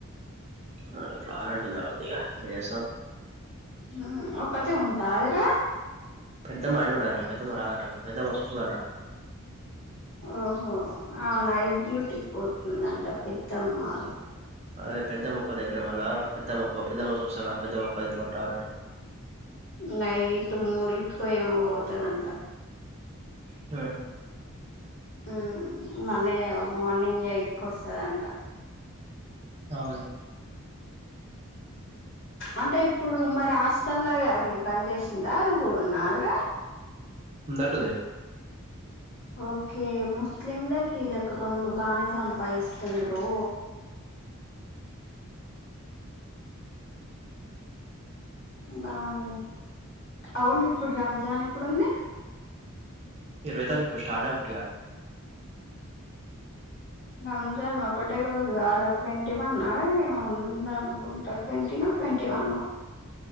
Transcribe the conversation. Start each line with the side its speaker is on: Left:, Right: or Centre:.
Right: ఆ రాన్ అంటుంది ఆ దిగా ఏం చేస్తాం
Left: హ్మ్ ఒక్కతే ఉంటాది రా
Right: పెద్దమ్మ ఆడ్ నే ఉంటదంట పెద్దమ్మ రాదంట పెద్ద వస్ సుదంట.
Left: ఓహో ఆ నైట్ డ్యూటీకి పోతుందంట పెద్దమ్మలు
Right: అదే పెద్దమ్మ ఒక్కదయితే మళ్ళా పెద్దమ్మ మొకో, పెద్దమ్మ చూస్తా కానీ పెద్దమొక్కదాయిది మళ్ళ రానంటుంది.
Left: నైట్ మూడిట్కో ఏమో పోతదంట
Right: ఆ
Left: ఉమ్ మళ్ళీ మార్నింగ్ ఎయిట్కి వస్తదంట
Right: అవును
Left: అంటే ఇప్పుడు మరి హాస్టల్లో అది బంద్ చేసిందా అది కూడా ఉన్నాది రా
Right: ఉందట్ దే
Left: ఓకే ముస్లింల కీలకు, రెండు బానే సంపాయిస్తుందిరో. బానే అవును ఇప్పుడు రంజాన్ ఎప్పుడుంది
Right: ఇరవై తారీఖు ఇప్ స్టార్ట్ ఆవుద్ది గా
Left: రంజాన్ ఒకటే రోజ్ గార ట్విన్ ట్వంటీవన్నా ఏం ఉంద న్ కుంటా ట్వంటీ నో ట్వంటీ వన్